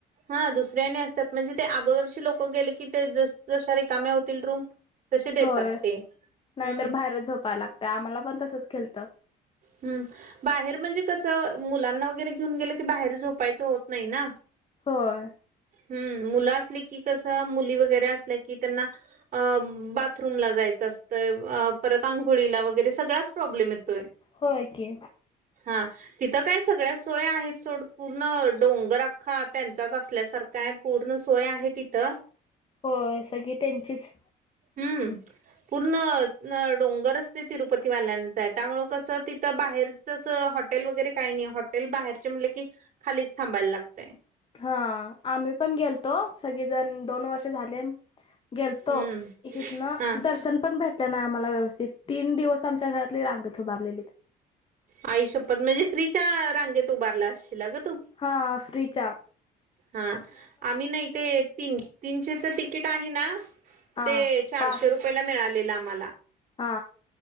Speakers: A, on the right; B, on the left.
A: हा दुसऱ्याने असतात म्हणजे ते अगोदरची लोक गेले की ते जशा रिकामे होतील रूम तसे देतात
B: होय
A: ते
B: नाहीतर
A: हम्म
B: बाहेरच झोपायला लागत आम्हाला पण तसच केलंत
A: हम् बाहेर म्हणजे कस मुला ना वगैरे घेऊन गेल की बाहेर झोपायचं होत नाही ना
B: होय
A: हम् मुलं असली की कसं मुली वगैरे असल्या की त्यांना अ बाथरूमला जायचं अस परत आंघोळीला वगैरे सगळ्याच प्रॉब्लेम येतोय
B: होय की
A: हा तिथं काय सगळ्या सोय आहेत सोड पूर्ण डोंगर अख्खा त्यांचाच असल्यासारखा आहे पूर्ण सोय आहे तिथं
B: होय सगळी त्यांचीच
A: हम्म पूर्ण डोंगरच ते तिरुपती वाल्यांच आहे त्यामुळे कसं तिथं बाहेरच हॉटेल वगैरे काही नाही हॉटेल बाहेरचे म्हटलं कि खालीच थांबायला लागत
B: हा आम्ही पण गेलतो सगळेजण दोन वर्ष झाले गेलतो
A: हम्म
B: हितंन
A: हा
B: दर्शन पण भेटले नाही आम्हाला व्यवस्थित तीन दिवस आमच्या घरातली रांगेत उभारलेली
A: आई शपथ म्हणजे फ्रीच्या रांगेत त उ बारला असशीलग
B: हा आफ्रीचा
A: हा आम्ही ना इथे तीन तीनशेच तिकीट आहे ना
B: हा
A: ते चारशे
B: पास
A: रुपययाला मिळालेलं म्हाला
B: हा